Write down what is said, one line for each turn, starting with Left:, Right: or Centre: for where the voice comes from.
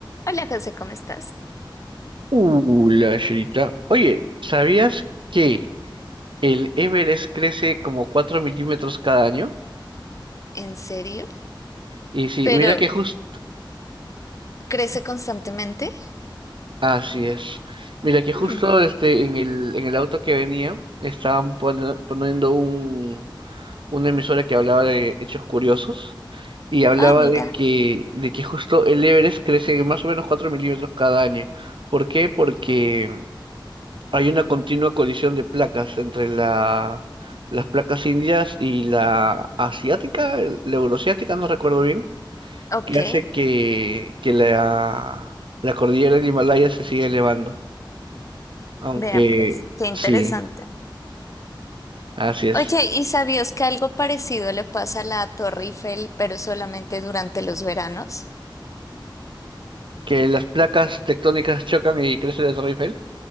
Left: Hola José, ¿cómo estás?
Right: Uh, la chirita. Oye, ¿sabías que el Everest crece como 4 milímetros cada año?
Left: ¿En serio?
Right: Y sí,
Left: ¿Pero
Right: mira que justo...
Left: crece constantemente?
Right: Así es. Mira que justo
Left: Hmm,
Right: este, en el, en el auto que venía estaban pone- poniendo un, una emisora que hablaba de hechos curiosos y hablaba
Left: Ah, mira.
Right: de que, de que justo el Everest crece más o menos 4 milímetros cada año. ¿Por qué? Porque... Hay una continua colisión de placas entre la, las placas indias y la asiática, el- la euroasiática, no recuerdo bien,
Left: Ok,
Right: que hace que, que la, la cordillera del Himalaya se siga elevando. Aunque
Left: vea pues, qué interesante.
Right: sí, así es.
Left: Oye, ¿y sabías que algo parecido le pasa a la Torre Eiffel, pero solamente durante los veranos?
Right: Que las placas tectónicas chocan y crece la Torre Eiffel.